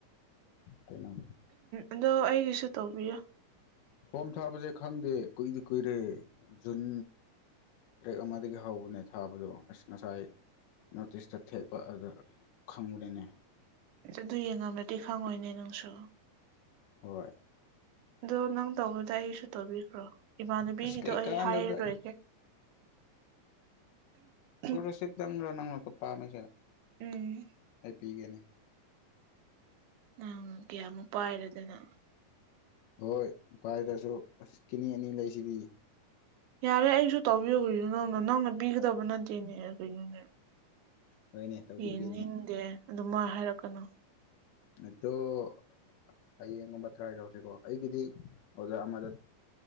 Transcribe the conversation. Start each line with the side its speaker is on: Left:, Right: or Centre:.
Left: ꯀꯩꯅꯣꯗ
Right: ꯑꯗꯣ ꯑꯩꯒꯤꯁꯨ ꯇꯧꯕꯤꯌꯨ
Left: ꯐꯣꯝ ꯊꯥꯕꯁꯦ ꯈꯪꯗꯦ ꯀꯨꯏꯗꯤ ꯀꯨꯏꯔꯦ ꯖꯨꯟ ꯇꯔꯦꯠ ꯑꯃꯗꯒꯤ ꯍꯧꯕꯅꯦ ꯊꯥꯕꯗꯣ ꯑꯁ ꯉꯁꯥꯏ ꯅꯣꯔꯠ ꯏꯁꯇ ꯊꯦꯠꯄ ꯑꯗꯨ ꯈꯪꯕꯔꯤꯅꯦ
Right: ꯑꯗꯨ ꯌꯦꯡꯉꯝꯂꯗꯤ ꯈꯪꯉꯣꯏꯅꯦ ꯅꯪꯁꯨ
Left: ꯍꯣꯏ
Right: ꯑꯗ ꯅꯪ ꯇꯧꯕꯗ ꯑꯩꯁꯨ ꯇꯧꯕꯤꯈ꯭ꯔꯣ ꯏꯃꯥꯟꯅꯕꯤꯒꯤꯗꯣ
Left: ꯑꯁ ꯀꯩ ꯀꯥꯟꯗꯕꯗ
Right: ꯑꯩ ꯍꯥꯏꯔꯔꯣꯏꯒꯦ ꯎꯝ
Left: ꯀꯔꯣꯁꯤꯞ ꯗꯪ ꯅꯪꯅ ꯇ ꯄꯥꯝꯃꯦ
Right: ꯎꯝ
Left: ꯑꯩ ꯄꯤꯒꯅꯤ
Right: ꯅꯪ ꯀꯌꯥꯃꯨꯛ ꯄꯥꯏꯔꯦꯗꯅ
Left: ꯍꯣꯏ ꯚꯥꯏꯗꯁꯨ ꯑꯁ ꯀꯤꯅꯤ ꯑꯅꯤ ꯂꯩꯁꯤꯗꯤ
Right: ꯌꯥꯔꯦ ꯑꯩꯁꯨ ꯇꯧꯕꯤꯨꯈꯔꯤꯗ ꯅꯪꯅ ꯅꯪꯅ ꯄꯤꯒꯗꯧꯕ ꯅꯗꯦꯅꯦ ꯀꯅꯦ
Left: ꯍꯣꯏꯅꯦ ꯇꯧꯕꯤꯒꯦꯅꯦ
Right: ꯌꯦꯡꯅꯤꯡꯗꯦ ꯑꯗꯨ ꯃꯥ ꯍꯥꯏꯔꯛꯀꯅꯨ
Left: ꯑꯩꯠꯇꯣ ꯑꯁ ꯍꯌꯦꯡꯒꯨꯝꯕ ꯇ꯭ꯔꯥꯏ ꯇꯧꯁꯤꯀꯣ ꯑꯩꯒꯤꯗꯤ ꯑꯣꯖꯥ ꯑꯃꯗ